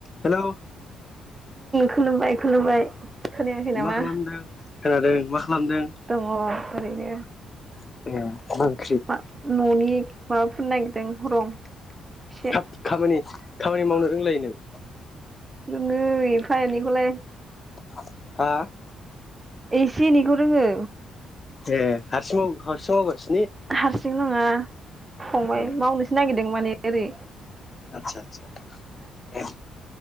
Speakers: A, on the left (about 30°); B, on the right (about 20°).
A: Hello
B: खुलुमबाय खुलुमबाय खोनायाखै नामा
A: मा खालामदों खोनादों मा खालामदों?
B: दङ ओरैनो
A: <unintelligible>
B: मा न'नि माबा फुननो नागिरदों रं एसे
A: हाब खामानि-खामानि मावनो रोंलायोनों?
B: रोङो एफा एनैखौलाय
A: <inaudible> हा
B: एसे एनैखौ रोङो
A: ए हरसिं हरसिं मावगोन
B: हारसिं नङा फंबाय
A: ए
B: मावनोसो नागिरदों माने एरै
A: आतसा आतसा